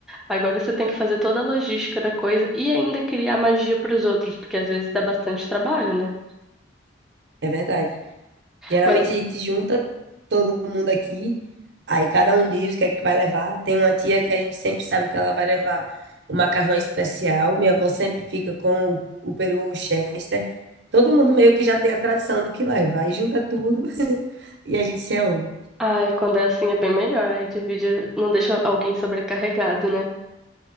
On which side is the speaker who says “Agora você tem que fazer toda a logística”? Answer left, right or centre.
Centre